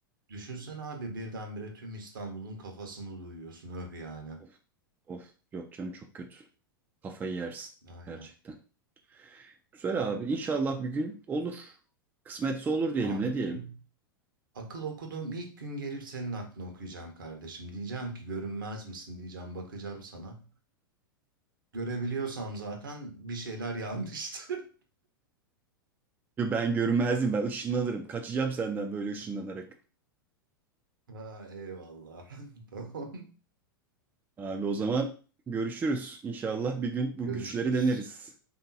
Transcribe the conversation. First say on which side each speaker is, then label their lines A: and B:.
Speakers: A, on the right; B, on the right.
A: Düşünsene abi birdenbire tüm İstanbul'un kafasını duyuyorsun. Öh yani.
B: Of, of. Yok canım çok kötü. Kafayı yersin
A: Aynen.
B: gerçekten. Güzel abi. İnşallah bir gün olur. Kısmetse olur diyelim.
A: Amin
B: Ne diyelim?
A: canım. Akıl okuduğum ilk gün gelip senin aklını okuyacağım kardeşim. Diyeceğim ki görünmez misin diyeceğim. Bakacağım sana. Görebiliyorsam zaten bir şeyler yanlıştır. <laughs>
B: Yo, ben görünmezdim. Ben ışınlanırım. Kaçacağım senden böyle ışınlanarak.
A: Ha, eyvallah. <laughs> Tamam.
B: Abi o zaman görüşürüz. İnşallah bir gün
A: Görüşürüz.
B: bu güçleri deneriz.